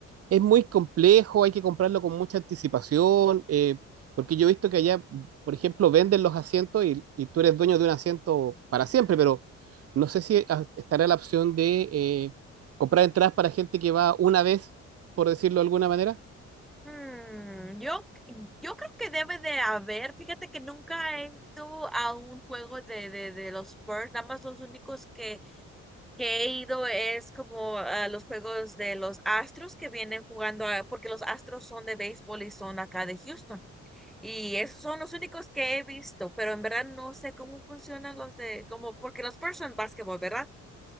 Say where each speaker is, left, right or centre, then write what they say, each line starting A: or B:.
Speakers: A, on the right; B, in the centre.
A: Es muy complejo, hay que comprarlo con mucha anticipación, eh, porque yo he visto que allá, por ejemplo, venden los asientos y, y tú eres dueño de un asiento para siempre, pero no sé si a- estará la opción de eh, comprar entradas para gente que va una vez, por decirlo de alguna manera.
B: Mm, yo, yo creo que debe de haber, fíjate que nunca he ido a un juego de, de, de los Spurs, nada más los únicos que, que he ido es como a los juegos de los Astros que vienen jugando, a- porque los Astros son de béisbol y son acá de Houston, y esos son los únicos que he visto, pero en verdad no sé cómo funcionan los de, como, porque los Spurs son básquetbol, ¿verdad?